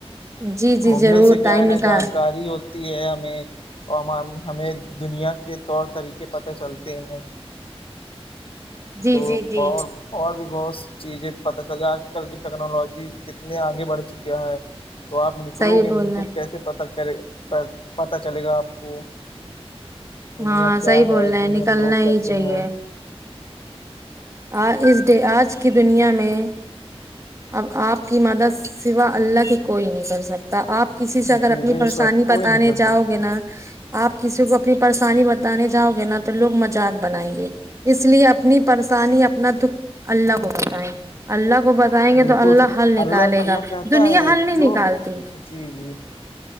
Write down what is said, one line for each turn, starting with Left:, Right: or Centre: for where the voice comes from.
Right: جی جی
Left: گھومنے
Right: ضرور
Left: سے کیا
Right: ٹائم
Left: ہے نا
Right: نکال
Left: جانکاری ہو ہے ہمیں اور ہم ہمیں دنیا کے طور طریقے پتہ چلتے ہیں
Right: جی
Left: تو
Right: جی جی
Left: اور اور بھی بہت س چیزیں پتہ چل آج کل کی ٹیکنالوجی کتنے آگے بڑھ چکے ہے تو آپ نکلو
Right: صحیح
Left: گے
Right: بول
Left: نہیں
Right: رہے
Left: تو کیسے پتا کرے پتا چلے گا آپ کو دنیا
Right: ہاں
Left: کیا
Right: صحیح
Left: ہے
Right: بول رہے
Left: دنیا
Right: ہیں نکلنا
Left: کے لوگ کیسے
Right: ہی چاہیے
Left: ہیں
Right: آ اس ڈے آج کی دنیا میں اب آپ کی مدد سوا اللہ کی کوئی نہیں کر سکتا آپ کسی سے اگر
Left: جی
Right: اپنی
Left: بے
Right: پریشانی
Left: شک
Right: بتانے
Left: کوئی نہیں کر سکتا
Right: جاؤ گے نا آپ کسی کو اپنی پریشانی بتانے جاؤ گے نا تو لوگ مزق بنائیں گے اس لیے اپنی پریشانی اپنا دکھ اللہ کو بتائیں اللہ کو بتائیں گے
Left: بالکل
Right: تو اللہ
Left: سے
Right: حل نکالے
Left: اللہ اللہ
Right: گا
Left: کہتا
Right: دنیا
Left: ہے
Right: حل نہیں
Left: جو
Right: نکالتی
Left: جی جی